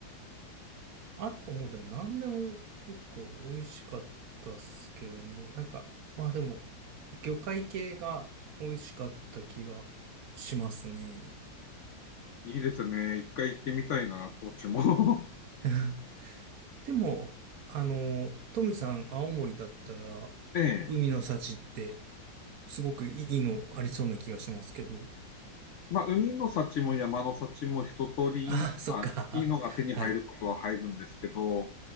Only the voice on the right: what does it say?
あともうでも何でも結構美味しかったっすけどね。なんか、まあでも、魚介系が美味しかった気がしますね。
<laughs> でも、あの、トミさん、青森だったら、
海の幸ってすごくいいのありそうな気がしますけど。
ああ、そっか。
<laughs> はい。